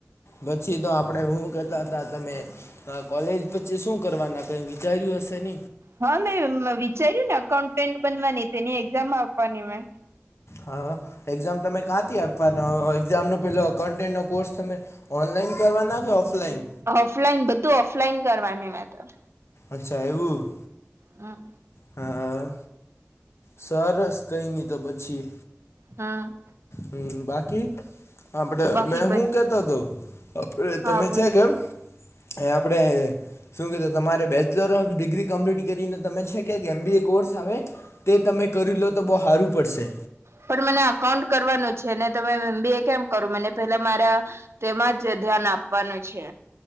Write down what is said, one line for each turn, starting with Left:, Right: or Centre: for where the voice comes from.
Left: પછી તો આપડણે શું કતા હતા તમે કોલેજ પછી શું કરવાના ક ચારું હશે ન
Right: હા મેં વિચાર્યું ને અકાઉન્ટન્ટ બનવાની તેની એક્ઝામ આપવાની મેં
Left: હા એક્ઝામ તમે કાંથી આપવાનો એઝામ ન પેલો એકાઉન્ટન્ટ નો કોર્સ તમે ઓનલાઈન કરવાના કે ઓફલાઈન
Right: ઓફલાઈન બધું ઓફલાઈન કરવાની મે તો
Left: અચ્છા એવું
Right: હમ
Left: હા સરસ કહી તો પછીએ
Right: હમ
Left: હમ બાકી હા બ
Right: બાકી
Left: મેં
Right: બધ
Left: હું કેતો હતો
Right: હા
Left: તમે
Right: બોલ
Left: છે કેમ એ આપણે શું કીધું તમારે બેચલર ઓફ ડિગ્રી કમ્પ્લીટ કરીને તમે છે કે એમ બી એ કોર્સ આવે તે તમે કરી લો તો બહુ સારું પડશે
Right: પણ મને એકાઉન્ટ્સ કરવાનું છે ને તમે એમબી એ કેમ કરો મને પેલા મારા તેમાં જ ધ્યાન આપવાનું છે.